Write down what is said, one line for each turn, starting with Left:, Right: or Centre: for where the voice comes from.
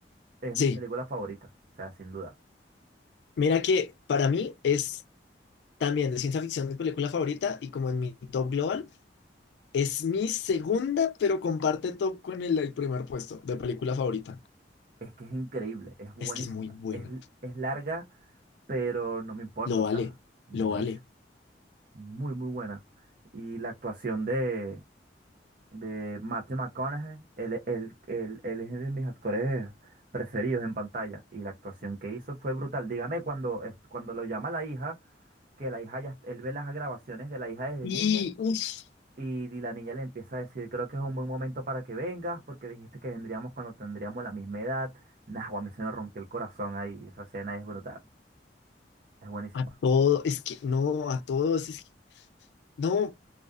Right: es
Left: Sí,
Right: mi película favorita, o sea, sin duda.
Left: mira que para mí es también de ciencia ficción mi película favorita y como en mi top global, es mi segunda, pero comparte top con el, el primer puesto de película favorita.
Right: Es que es increíble, es buenísima.
Left: Es que es muy buena.
Right: Es, l- es larga, pero no me importa,
Left: Lo
Right: o
Left: vale,
Right: sea, buenísima.
Left: lo vale.
Right: Muy, muy buena. Y la actuación de, de Matthew McConaughey, él, él- él- él es de mis actores preferidos en pantalla. Y la actuación que hizo fue brutal. Dígame, cuando, es- cuando lo llama la hija, que la hija ya, él ve las grabaciones de la hija desde
Left: Y,
Right: niña.
Left: uff.
Right: Y di- la niña le empieza a decir, creo que es un buen momento para que vengas, porque dijiste que vendríamos cuando tendríamos la misma edad. Nah, guau, a mí se me rompió el corazón ahí. Esa escena es brutal. Es buenísima.
Left: A todo, es que no, a todos, es que- no,